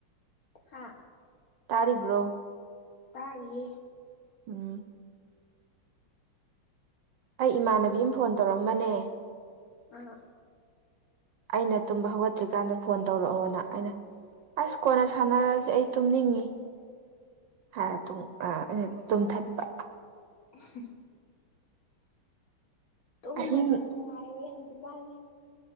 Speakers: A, on the left (about 45°); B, on the right (about 70°).
A: ꯍꯥ
B: ꯇꯥꯔꯤꯕ꯭ꯔꯣ
A: ꯇꯥꯔꯤꯌꯦ
B: ꯎꯝ ꯑꯩ ꯏꯃꯥꯟꯅꯕꯤ ꯑꯃ ꯐꯣꯟ ꯇꯧꯔꯝꯕꯅꯦ
A: ꯑꯥ
B: ꯑꯩꯅ ꯇꯨꯝꯕ ꯍꯧꯒꯠꯇ꯭ꯔꯤꯀꯥꯟꯗ ꯐꯣꯟ ꯇꯧꯔꯛꯑꯣꯅ ꯑꯩꯅ ꯑꯁ ꯀꯣꯟꯅ ꯁꯥꯟꯅꯔꯖꯦ ꯑꯩ ꯇꯨꯝꯅꯤꯡꯉꯤ ꯍꯥꯏꯔ ꯇꯨꯝ ꯑꯥ ꯑꯩꯅ ꯇꯨꯝꯊꯠꯄ
A: <unintelligible> ꯇꯨꯝꯕꯗ
B: ꯑꯍꯤꯡ
A: ꯅꯨꯡꯉꯥꯏꯔꯦ ꯍꯧꯖꯤꯛꯀꯥꯟ